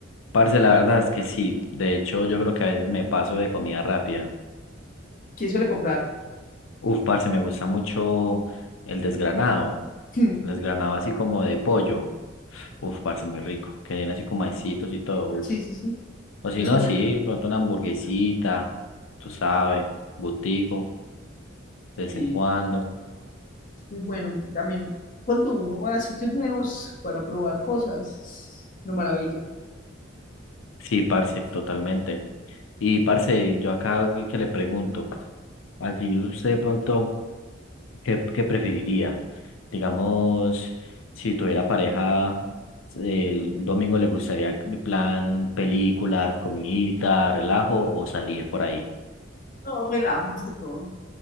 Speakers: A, on the left; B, on the left.
A: Parce, la verdad es que sí. De hecho, yo creo que a veces me paso de comida rápida.
B: ¿Quién suele comprar? <laughs>
A: Uf, parce, me gusta mucho el desgranado.
B: Hmm,
A: El desgranado así como de pollo. Uf, parce, muy rico. Que viene así con maicitos y todo. Uf.
B: Sí, sí, sí.
A: O si
B: Eso
A: no,
B: es bueno.
A: sí, pronto una hamburguesita, tú sabes, gustico. de vez
B: Sí,
A: en cuando.
B: es muy bueno. También cuando uno va a sitios nuevos para probar cosas, una maravilla.
A: Sí, parce, totalmente. Y parce, yo acá que que le pregunto, así usted de pronto, ¿qué, qué preferiría? Digamos, si tuviera pareja, el un domingo le gustaría de plan películas, comidita, relajo o salir por ahí,
B: No, relajo más que todo.